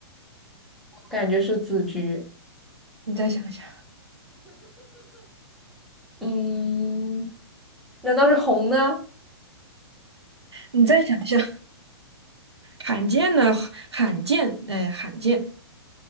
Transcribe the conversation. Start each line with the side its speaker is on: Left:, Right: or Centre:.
Centre: 我感觉是紫菊，
Right: 你再想想，
Centre: 嗯，难道是红呢？
Right: 你再想想，罕见的罕见，哎，罕见。